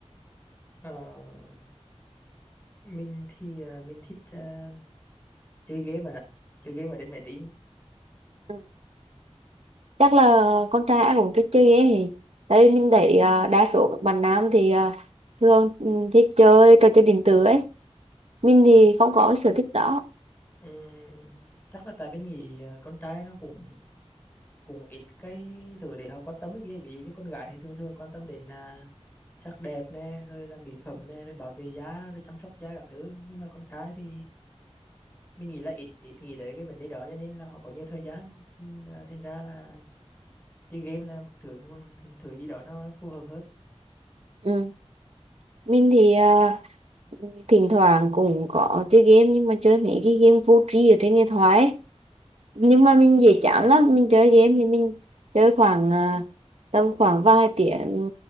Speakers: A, on the left (about 15°); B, on the right (about 65°).
A: Ờ, mình thì à, mình thích à, chơi game mà ạ chơi game ở trên máy tính
B: Ừ. Chắc là con trai ai cũng thích chơi game thì tại vì mình thấy ờ, đa số các bạn nam thì ờ, thường ừ, thích chơi trò chơi điện tử ấy mình thì không có cái sở thích đó
A: Ừm, chắc là tại mình nghĩ à, con trai nó cũng cũng ít cái thứ để họ quan tâm ấy kia ví dụ như con gái thì thường thường quan tâm đến à, sắc đẹp nè rồi là mỹ phẩm nè rồi bảo vệ da rồi chăm sóc da các thứ nhưng mà con trai thì mình nghĩ là ít ít nghĩ tới cái vấn đề đó cho nên là họ có nhiều thời gian thì, à, thành ra là chơi game là một thứ một thứ, gì đó nó, nó phù hợp hơn
B: ừ. mình thì ờ, thỉnh thoảng cũng có chơi game nhưng mà chơi mấy cái game vô tri ở trên điện thoại nhưng mà mình dễ chán lắm mình chơi game thì mình chơi khoảng à, tầm khoảng vài tiếng